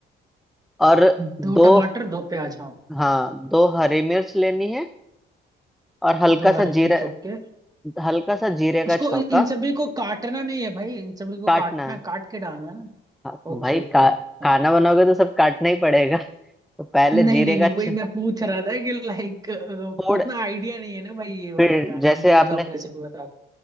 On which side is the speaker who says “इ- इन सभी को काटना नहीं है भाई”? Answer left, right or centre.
Right